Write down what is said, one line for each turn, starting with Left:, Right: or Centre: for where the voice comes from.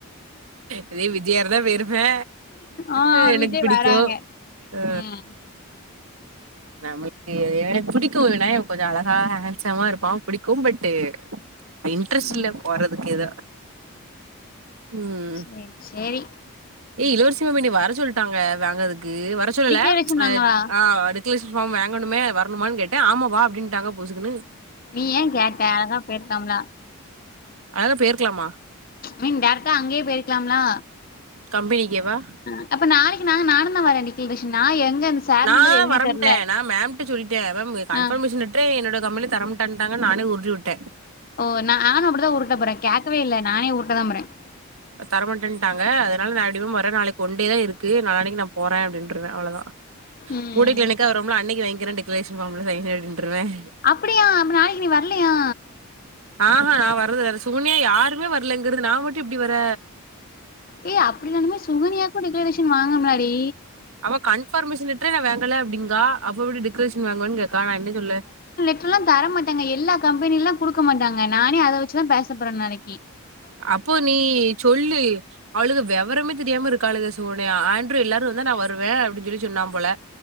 Right: இதே விஜயாருந்தா பேயிருப்பே
Left: ஆ
Right: அ எனக்கு
Left: விஜய்
Right: பிடிக்கு
Left: வராங்க
Right: அ
Left: ம்
Right: நமக்கு எனக்கு பிடிக்கும் இவன கொஞ்சம் அழகா ஹேண்ட்சமா இருப்பான் பிடிக்கும் பட்டு் இன்ட்ரெஸ்ட்டில்ல
Left: ம்
Right: போறதுக்கு எதோ ம்
Left: சேரி சேரி
Right: ஏ இளவரசி மேம் என்னய வர சொல்ட்டாங்க வாங்கதுக்கு வர சொல்லல
Left: டிக்கெட் வச்சிருந்தாங்களா
Right: ப்ச் அ அடுத் அப்ளிகேஷன் ஃபாம் வேங்கனுமே வரனுமான்னு கேட்டே ஆமா வா அப்டின்ட்டாங்க புசுக்குனு
Left: நீ ஏ கேட்ட அதா பேருக்கலாம்லா
Right: அத பேயிருக்கலாமா
Left: நீ டேரெக்டா அங்கேயே பேயிருக்கலாம்லா
Right: தம்பி இங்க வா
Left: அ அப்ப நாளைக்கி நாங்க நானுந்தா வரேன் டிக்கிகேஷன் நா எங்க சார்
Right: நா
Left: நம்பர் எதுனே
Right: வரம்ட்டேன்
Left: தெர்ல
Right: நா மேம்ட்ட சொல்ட்டேன் அத கண்ஃபர்மேஷன்
Left: ஆ
Right: லெட் ரே என்னோட கம்பெனி தரமாட்டன்ட்டாங்கனு நானே உருட்டிவுட்டேன்
Left: ஓ நானும் அப்டிதா உருட்டபோறேன் கேக்கவே இல்லை நானே உருட்டதா போறேன்
Right: தர மாட்டேன்ட்டாங்க அதனால நா எப்படியும் வர நாளைக்கி ஒன்டேதா இருக்கு நாளன்னக்கி நா போறேன் அப்படின்ருவன் அவ்வளதான்
Left: ம்
Right: ஊடைக்கு என்னைக்காவது வருவம்ல அன்னக்கி வாங்க்கிறேன் டெக்லரேஷன் ஃபாம்ல வைங்க அப்டின்ருவன்
Left: அப்டியா அப்ப நாளைக்கி நீ வரலையா
Right: ஆஹா நான் வர்றல வேற சுகன்யா யாருமே வரலங்கிறது நா மட்டும் எப்டி வர
Left: ஏய் அப்டினாலுமே சுகனியாக்கும் டிக்லரேஷன் வாங்கனுமுலடி
Right: அவ கன்பர்மேஷன் லெட்ரே நா வேங்கல அப்படிங்கா அப்ப எப்படி டிக்லரேஷன் வாங்கன்னு கேக்கா நா என்ன சொல்ல
Left: லா தர மாட்டாங்க எல்லா கம்பெனியெல்லா குடுக்க மாட்டாங்க நானே அத வச்சுதான் பேசப்போறேன் நாளக்கி
Right: அப்போ நீ சொல்லு அவளுக வெவரமே தெரியாம இருக்காலுக சுகன்யா ஆண்ட்ரூ எல்லாரு வந்தா நா வர் ருவே அப்டின் சொல்லி சொன்னா போல